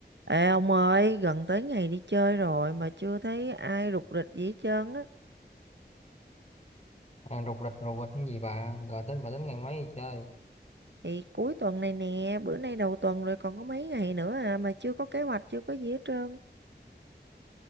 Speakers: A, on the right; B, on the left.
A: Ê ông ơi, gần tới ngày đi chơi rồi mà chưa thấy ai rục rịch gì hết trơn á.
B: À, rục rịch rục rịch cái gì bà gọi tính bà tính ngày mấy đi chơi
A: Thì cuối tuần này nè, bữa nay đầu tuần rồi còn có mấy ngày nữa à mà chưa có kế hoạch, chưa có gì hết trơn.